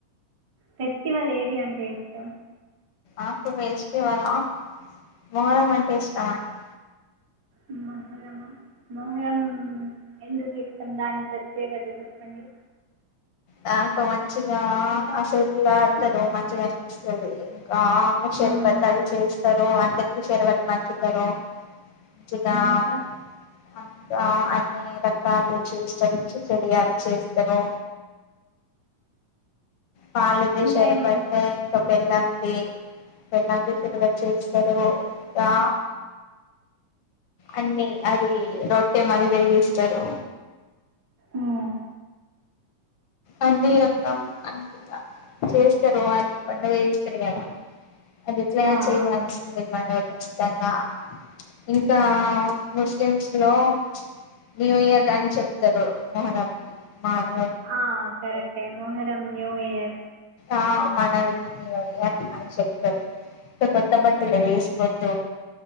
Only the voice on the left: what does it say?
ఆకు ఫెస్టివల్ హా మొహారం అంటే ఇష్టం అండి
నాకు మంచిగా ఆసైతులా ఆడతారు మంచిగా అనిపిస్తుంది ఆ అమ్మ చల్
బ తళ చేస్తారు అంతరికి శరువత్ మంచుతారు మంచిగా
<unintelligible> కాళ చేస్తారు ఇచ్చి చెడు అవి చేస్తారు పలుదు
శషరబట్ట
ఇంకా బెల్లం ఎలాషగా చుస్తారు ఇంకా అన్నీ అది రొట్టే మాది త ఇస్తారు
అన్ని రకం అంతగా చేస్తారు అని పండుగ చేస్తారు కదా అది ఎట్ల
చేయాలిసందే
<unintelligible> నిజంగా ఇంకా ముస్లిమ్స్ లో న్యూ ఇయర్ అని చెప్తారు మోహనం మాన్
ఆ మనాలి మమ్మ అయ్యారు అని చెప్పాము కొత్త బట్టలు వేసుకొద్దు